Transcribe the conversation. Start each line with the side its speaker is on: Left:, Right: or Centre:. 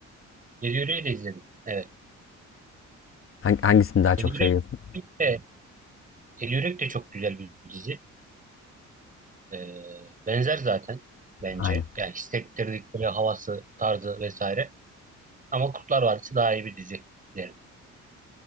Right: Deli Yürek'i de izledim. Evet.
Left: hangisini daha
Right: Deli
Left: çok
Right: Yürek
Left: seviyorsun?
Right: de, Deli Yürek de çok güzel bir dizi. Ee, benzer zaten bence.
Left: Aynen.
Right: Yani hissettirdikleri havası, tarzı vesaire. Ama Kurtlar Vadisi daha iyi bir dizi derim.